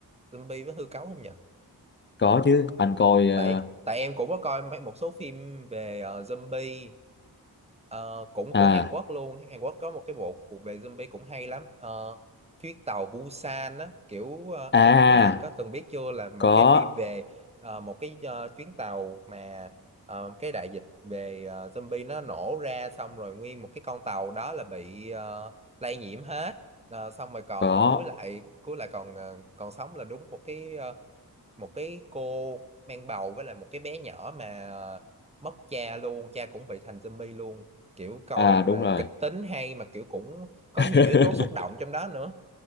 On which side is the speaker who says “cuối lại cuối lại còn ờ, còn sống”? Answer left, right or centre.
Right